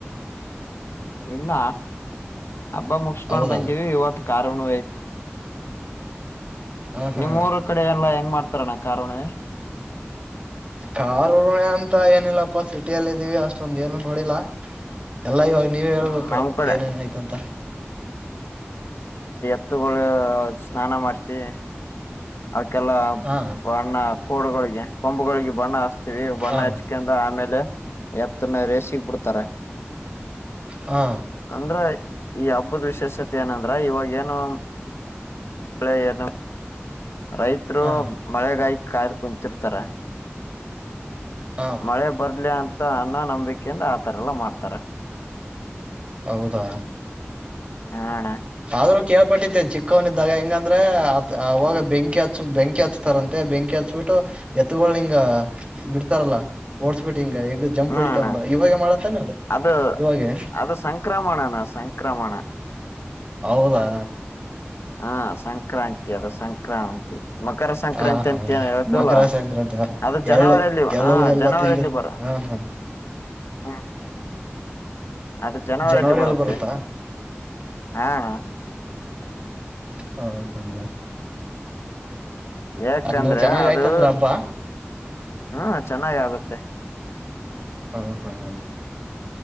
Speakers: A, on the left (about 70°); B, on the right (about 25°).
A: ಇಲ್ಲ ಹಬ್ಬ ಮುಗಸ್ಕೊಂಡ್
B: ಹೌದಾ
A: ಬಂತಿವವಿ ಇವತ್ತು ಕಾರುಣ
B: ಹ ಹಾ
A: ನಿಮ್ಮ ಊರ ಕಡೆ ಎಲ್ಲ ಹೆಂಗ್ ಮಾಡ್ತಾರಣ್ಣ ಕಾರನ
B: ಕಾರಾರ್ ಉಣೆ ಅಂತ ಏನಿಲ್ಲಪ್ಪ ಸಿಟಿಯಲ್ಲ ಇದೀವಿ ಅಷ್ಟೊಂದ ಏನು ನೋಡಿಲ್ಲಾ ಎಲ್ಲ ಇವಾಗ ನೀವ ಹೇಳ್ಬೇಕು
A: ಹ್ಮ್ ನಮ್ ಕಡೆ
B: ಏನೇನ್ ಆಯ್ತು ಅಂತ
A: ಹತ್ತುಗಳು ಸ್ನಾನ ಮಾಡಸಿ ಕೆಲ
B: ಹ
A: ಬಣ್ಣ ಕೋಡುಗಳಿಗೆ ಕೊಂಬುಗಳಿಗೆ ಬಣ್ಣ ಹಚ್ತೀವಿ ಬಣ್ಣ
B: ಹ
A: ಹಚ್ಕಿಂದ ಆಮೇಲೆ ಎತ್ತನೇ ರೇಸಗ್ ಬಿಡ್ತಾರೆ
B: ಹ
A: ಅಂದ್ರ ಈ ಹಬ್ಬದ ವಿಶೇಷತೆ ಏನಂದ್ರ ಇವಾಗ ಏನು ಹಳೆೆಯನ್ನು ರೈತರು
B: ಹ
A: ಮಳೆಗಾಯ ಕಾಯ್ದು ಕುಂತಿರ್ತಾರ
B: ಹ
A: ಮಳೆ ಬರ್ಲಿ ಅಂತ ಅನ್ನ ನಂಬಿಕೆಯಿಂದ ಆತರ ಎಲ್ಲಾ ಮಾಡ್ತಾರ
B: ಹೌದಾ
A: ಹಣ
B: ಆದ್ರೂ ಕೇಳ್ಪಟ್ಟತೆ ಚಿಕ್ಕವನಿದ್ದಾಗ ಹೆಂಗಂದ್ರೆ ಅ ಆ ಅವವಾಗ ಬೆಂಕಿ ಹಚ್ಚು ಬೆಂಕಿ ಹಚ್ತಾರಂತೆ ಬೆಂಕಿ ಹಚ್ಬಿಟ್ಟು ಎತ್ಗ ಹಿಂಗ ಬಿಡ್ತಾರಲ್ಲಾ ಓಡ್ಸ್ಬಿಟ್ಟು ಹಿಂಗ ಜಂಪ್
A: ಹ್ಮ
B: ಹೊಡಿತಾ
A: ಅಣ್ಣ
B: ನೋಡ ಇವಾಗೆ ಮಾಡತಾನೆ ಅಲ್ಲ
A: ಅದು
B: ಇವಾಗೆ
A: ಅದು ಸಂಕ್ರಮಣನ ಸಂಕ್ರಮಣ
B: ಹೌದಾ
A: ಹಾ ಸಂಕ್ರಾಂತಿ ಅದು ಸಂಕ್ರಾಂತಿ ಮಕರ ಸಂಕ್ರಾಂತಿ
B: ಹ ಹಾ
A: ಅಂತ ಏನ್ ಹೇಳ್ತವಲ್ಲ
B: ಮಕರ ಸಂಕ್ರಾಂತಿ
A: ಅದು ಜನವರಿಯಲ್ಲಿ
B: ಎಳ್ಳು ಎಳ್ಳು
A: ಹ
B: ಎಲ್ಲ
A: ಜನವರಿಯಲ್ಲಿ
B: ತಿಂದು
A: ಬರ
B: ಹ ಹಾ
A: ಹ್ಮ ಅದು ಜನವರಿಯಲ್ಲಿ
B: ಜನವರಿ
A: ಬರುತ್ತೆ
B: ಅಲ್ಲಿ ಬರುತ್ತಾ
A: ಹ ಅಣ್ಣ
B: ಹಾ ಸಂಜನಾ
A: ಯಾಕಂದ್ರೆ
B: ಅಂದ್ರೆ ಚೆನ್ನಾಗ್
A: ಅದು
B: ಆಯ್ತಂದ್ರ ಹಬ್ಬ
A: ಹ್ಮ ಚೆನ್ನಾಗ ಆಗುತ್ತೆ
B: ಹಾ ಹಾ ಹ